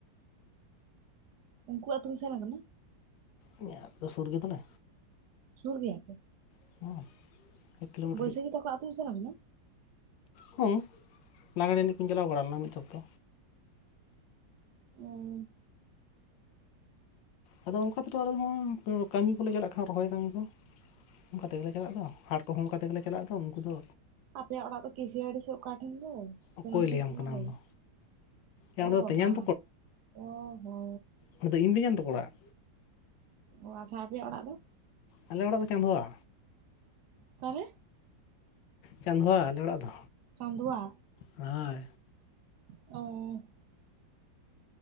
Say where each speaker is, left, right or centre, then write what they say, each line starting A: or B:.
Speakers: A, on the right; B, on the left.
A: ᱩᱱᱠᱩ ᱟᱹᱛᱩᱢ ᱥᱮᱱ ᱟᱠᱟᱱᱟ
B: ᱤᱱᱟᱹᱜ ᱫᱚ ᱥᱩᱨ ᱜᱮ ᱛᱟᱞᱮ
A: ᱥᱩᱨ ᱜᱮᱭᱟ ᱯᱮ
B: <inaudible> ᱠᱤᱞᱳᱢᱤᱴᱟᱨ
A: ᱵᱟᱹᱭᱥᱟᱹᱠᱷᱤ ᱛᱚᱠᱚᱣᱟᱜ ᱟᱹᱛᱩᱢ ᱥᱮᱱ ᱠᱟᱱᱟ
B: ᱦᱩᱸ ᱞᱟᱜᱽᱬᱮ ᱮᱱᱮᱡ ᱠᱚᱤᱧ ᱪᱟᱞᱟᱣ ᱵᱟᱲᱟ ᱞᱮᱱᱟ ᱢᱤᱫ ᱚᱠᱛᱚ
A: ᱩᱸᱻ
B: ᱟᱫᱚ ᱚᱝᱠᱟ ᱛᱮᱫᱚ ᱟᱞᱮ ᱦᱚᱸ ᱠᱟᱹᱢᱤ ᱠᱚᱞᱮ ᱪᱟᱞᱟᱜ ᱠᱷᱟᱱ ᱨᱚᱦᱚᱭ ᱠᱟᱹᱢᱤ ᱠᱚ ᱚᱱᱠᱟ ᱛᱮᱜᱮᱞᱮ ᱪᱟᱞᱟᱜᱼᱟ ᱫᱚ ᱦᱟᱴ ᱠᱚᱦᱚᱸ ᱚᱱᱠᱟ ᱛᱮᱜᱮᱞᱮ ᱪᱟᱞᱟᱜᱼᱟ ᱫᱚ ᱩᱱᱠᱩ ᱫᱚ
A: ᱟᱯᱮ ᱚᱲᱟᱜ ᱫᱚ ᱠᱤᱥᱤᱭᱟᱹᱲᱤ ᱥᱯ ᱚᱠᱟᱴᱮᱱ ᱫᱚ
B: ᱚᱠᱚᱭ
A: <unintelligible>
B: ᱞᱟᱹᱭᱟᱢ ᱠᱟᱱᱟ
A: ᱚᱸᱰᱮ
B: ᱟᱢᱫᱚ ᱭᱟ
A: ᱚ
B: ᱚᱸᱰᱮ ᱫᱚ
A: ᱵᱟᱵᱟ
B: ᱛᱮᱧᱟᱝ
A: ᱚᱦᱚ
B: ᱚᱱᱟᱫᱚ ᱤᱧ ᱛᱤᱧᱟᱹᱝ ᱛᱚᱠᱚ ᱚᱲᱟᱜ
A: ᱚ ᱟᱪᱷᱟ ᱟᱯᱮᱭᱟᱜ ᱚᱲᱟᱜ ᱫᱚ
B: ᱟᱞᱮ ᱚᱲᱟᱜ ᱞᱮ ᱪᱟᱸᱫᱣᱟ
A: ᱛᱟᱦᱞᱮ
B: ᱪᱟᱸᱫᱳᱣᱟ ᱟᱞᱮ ᱚᱲᱟᱜ ᱫᱚ
A: ᱪᱟᱸᱫᱣᱟ
B: ᱦᱚᱭ
A: ᱚᱸ